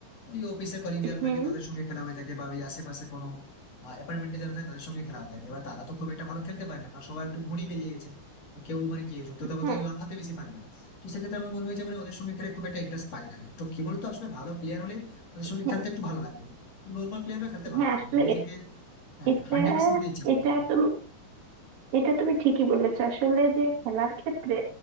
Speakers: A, on the left; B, on the right.
A: ওই অফিসের কলিগ যারা
B: হুম
A: থাকে তাদের সঙ্গে খেলা হয়ে থাকে বা ওই আশেপাশে কোনো অ্যাপার্টমেন্টে যারা থাকে তাদের সঙ্গে খেলা হয়ে থাকে এবার তারা তো খুব একটা ভালো খেলতে পারে না কারণ সবার একটু ভুঁড়ি বেরিয়ে গেছে তো কেউ মানে কি সত্যি কথা বলতে
B: হ্যাঁ
A: গেলে লাফাতে বেশি পারে না তো সেক্ষেত্রে আমার মনে হয়েছে মানে ওদের সঙ্গে খেলে খুব একটা ইন্টারেস্ট পাই না আমি। তো কি বলতো আসলে ভালো প্লেয়ার হলে ওদের সঙ্গে
B: হ্যাঁ
A: খেলতে একটু ভালো লাগে নর্মাল প্লেয়াররা খেলতে ভালো
B: হ্যাঁ
A: লাগে
B: আসলে
A: না মানে নিজেকে
B: এ- এটা
A: হান্ড্রেড পার্সেন্ট দিতে ইচ্ছে করে
B: এটা
A: না।
B: তুমি এটা তুমি ঠিকই বলেছো আসলে যে খেলার ক্ষেত্রে